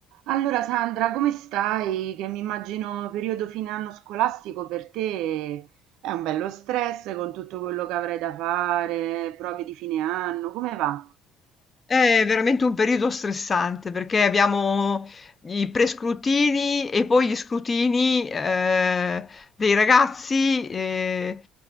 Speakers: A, on the right; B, on the left.
A: Allora Sandra, come stai? Che mi immagino periodo fine anno scolastico per te è un bello stress con tutto quello che avrai da fare, prove di fine anno, come va?
B: È veramente un periodo stressante perché abbiamo i prescrutini e poi gli scrutini eh, dei ragazzi, eh,